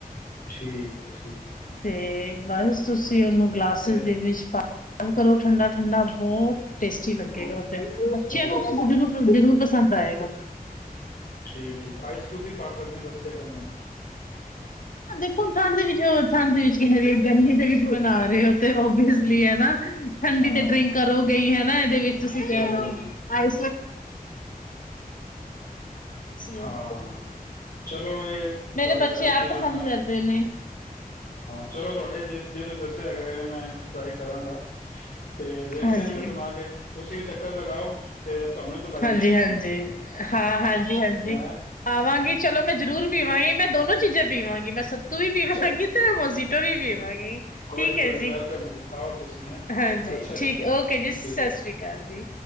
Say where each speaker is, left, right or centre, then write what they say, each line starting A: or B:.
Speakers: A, on the left; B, on the left.
A: ਠੀਕ ਹੈ ਠੀਕ ਹੈ ਠੀਕ
B: ਤੇ ਬਸ ਤੁਸੀਂ ਉਹਨੂੰ ਕਲਾਸਿਸ
A: ਤੇ
B: ਦੇ ਵਿੱਚ ਪਾ ਕੰਮ ਕਰੋ ਠੰਡਾ ਠੰਡਾ ਬਹੁਤ ਟੇਸਟੀ ਲੱਗੇਗਾ
A: ਓ-
B: ਉਥੇ ਬੱਚਿਆਂ
A: ਓਕੇ
B: ਨੂੰਰੂਰ ਜ਼ਰੂਰ ਪਸੰਦ ਆਏਗਾ
A: ਠੀਕ ਠੀਕ ਆਈਸ ਕਿਊ ਵੀ ਪਾ ਸਕਦੇ ਹ ਦੱਸਿਆ ਕਰ ਹੀ
B: ਹ ਦੇਖੋ ਹੁ ਠੰਡ ਦੇ ਵਿੱਚ ਠੰਡ ਦੇ ਵਿੱਚ ਗਰਮੀ ਦੇ ਵਿੱਚ ਬਣਾ ਰਹੇ ਹੋ ਤੇ ਓਵੀਅਸਲੀ ਹਨਾ ਠੰਡੀ
A: ਹਾਂ
B: ਤੇ ਡਰਿੰਕ ਕਰੋ ਗਈ ਹੈ ਇਹਦੇ ਵਿੱਚ ਤੁਸੀਂ ਕਹਿਲ
A: ਬਿਲਕੁਲ ਜੀ
B: ਆਈ ਤੁਸੀਂ ਉਹ
A: ਹਾਂ,
B: ਪਾ ਲਓ
A: ਚਲੋ ਇਹ
B: ਮੇਰੇ
A: ਤੁਹਾਡੀ
B: ਬੱਚੇ
A: ਰੈਸਪੀਆਂ
B: ਆਪ ਪਸੰਦ
A: ਹਾਂ,
B: ਕਰਦੇ ਨੇ
A: ਚਲੋ ਤੁਹਾਡੇ ਜੇ ਜੇ ਤੁਸੀ <inaudible> ਟਰਾਈ ਕਰਾਂਗਾ ਤੇ ਦੇਖਦੇ
B: ਹਾਂਜੀ
A: ਹਾਂ ਫਿਰ ਬਣਾ ਕੇ ਤੁਸੀ ਵੀ ਚੱਕਰ ਲਗਾਓ ਤੇ ਤੁਹਾਨੂੰ ਵੀ ਪਿਲਾਈਏ
B: ਹਾਂਜੀ ਹਾਂਜੀ ਹਾਂ ਹਾਂਜੀ ਹਾਂਜੀ
A: ਹੈਂ
B: ਆਵਾਂਗੀ ਚਲੋ ਮੈਂ ਜਰੂਰ ਪੀਵਾਂਗੀ ਮੈਂ ਦੋਨੋ ਚੀਜਾ ਪੀਵਾਂ ਗੀ ਮੈ <unintelligible>
A: ਚਲੋ
B: <unintelligible>
A: ਕੋਈ
B: ਠੀਕ
A: ਨਹੀਂ ਕੋਈ
B: ਹੈ
A: ਨਹੀਂ
B: ਜੀ
A: ਵੈਲਕਮ ਜੀ ਆਓ ਤੁਸੀਂ ਹੈਂ
B: ਹਾਂਜੀ,
A: ਅੱਛਾ ਜੀ
B: ਠੀਕ ਓਕੇ ਜੀ ਸਤਿ
A: ਠੀਕ
B: ਸ੍ਰੀ ਅਕਾਲ ਜੀ।